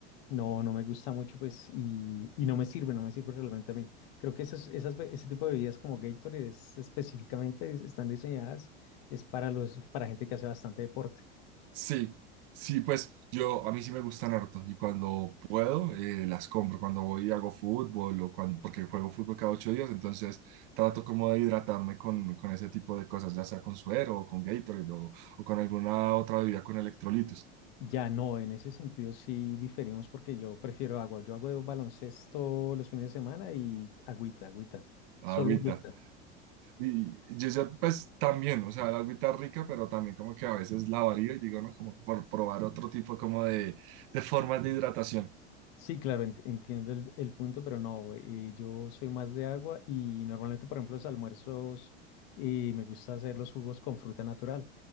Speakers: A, on the left; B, on the right.
A: no, no me gusta mucho pues y, y no me sirve, no me sirve realmente a mí. Creo que esas, esas, be- ese tipo de bebidas como Gatorade es- específicamente es- están diseñadas, es para los, para gente que hace bastante deporte.
B: Sí, sí, pues yo, a mí sí me gustan harto y cuando puedo eh, las compro, cuando voy y hago fútbol o cuando, porque juego fútbol cada ocho días, entonces trato como de hidratarme con, con ese tipo de cosas, ya sea con suero o con Gatorade o, o con alguna otra bebida con electrolitos,
A: Ya no, en ese sentido sí diferimos porque yo prefiero agua. Yo hago baloncesto los fines de semana y agüita, agüita,
B: agüita.
A: solo agüita.
B: Y yo pues también, o sea, el agüita rica, pero también como que a veces la varío y digo, no, como por probar otro tipo como de, de formas de hidratación.
A: Sí, claro, ent- entiendo el, el punto, pero no, eh, yo soy más de agua y normalmente, por ejemplo, los almuerzos eh, me gusta hacer los jugos con fruta natural.